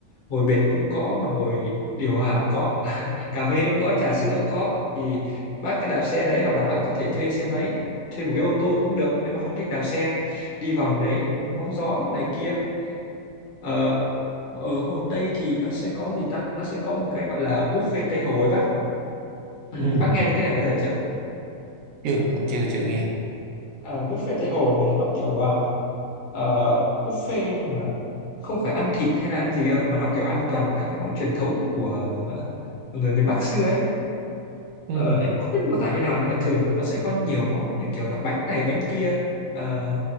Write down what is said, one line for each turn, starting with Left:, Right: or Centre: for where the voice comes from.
Left: Ngồi bệt cũng có mà ngồi điều hòa cũng có. <laughs> Cà phê cũng có, trà
Right: ừ,
Left: sữa cũng có. Thì bác cứ đạp xe đấy hoặc là bác có thể thuê xe máy, thuê một cái ô tô cũng được nếu mà không thích đạp xe. Đi vòng đấy,
Right: ừ,
Left: hóng gió này kia Ờ, ở Hồ Tây thì nó sẽ có gì ta? Nó sẽ có một cái gọi là buffet Tây Hồ ấy bác. Ừ,
Right: ừ.
Left: bác nghe đến cái này bao giờ chưa?
Right: chưa anh chưa chưa nghe
Left: Ờ, buffet Tây Hồ là nó kiểu ờ, ờ, buffet nhưng mà không phải ăn thịt hay là ăn gì đâu, mà nó kiểu ăn toàn các cái món truyền thống của ờ, người miền Bắc xưa ấy.
Right: ừ,
Left: Ờ, em không biết mô tả như nào nhưng mà thường là nó sẽ có nhiều món như kiểu là bánh này bánh kia. Ờ,